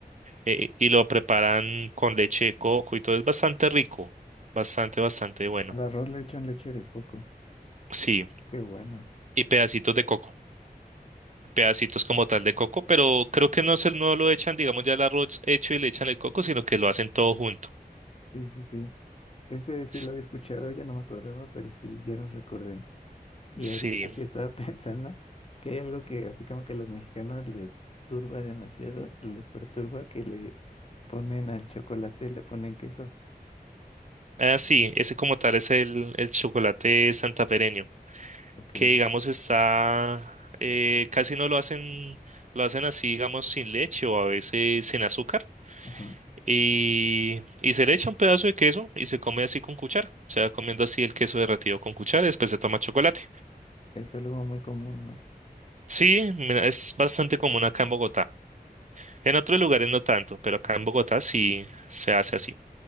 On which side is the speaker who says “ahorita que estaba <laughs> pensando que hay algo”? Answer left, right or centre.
Left